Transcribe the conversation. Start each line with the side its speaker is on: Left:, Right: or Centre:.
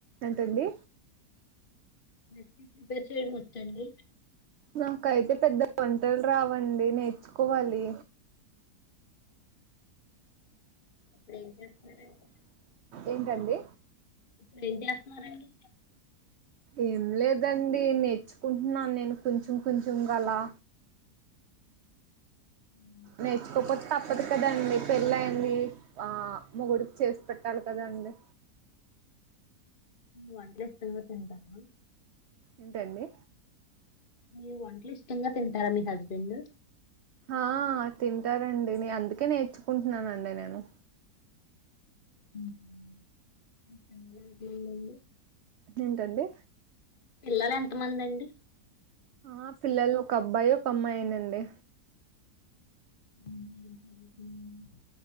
Right: ఏంటండీ
Left: రెస్పీ ప్రిపేర్ చేయడం వొచ్చా అండి
Right: నాకైతే పెద్ద వంటల్ రావండి నేర్చుకోవాలి
Left: అప్పుడు ఎం చేస్తారండి
Right: ఏంటండి
Left: ఇప్పుడు ఏం చేస్తున్నారండి
Right: ఏం లేదండి నేర్చుకుంటున్నాను నేను కొంచెం కొంచెం గలా
Left: ఉ
Right: నేర్చుకోపోత్ తప్పదు కదండి పెళ్ళి అయింది ఆ మొగుడికి చేసి పెట్టాలి కదండి
Left: నువు వంటజేస్తెనే తింటారా
Right: ఎంటండి
Left: మీ వంటలు ఇష్టంగా తింటారా మీ హస్బెండ్
Right: ఆ తింటారండి నే అందుకే నేర్చుకుంటున్నానండి నేను
Left: ఉహు ఒక వేళ అది ఫేలయి
Right: ఇంటండి
Left: పిల్లలెంత మందండి
Right: ఆ పిల్లలు ఒక అబ్బాయి ఒక అమ్మాయేనండి
Left: ఉహు ఏం చదువుతున్నారు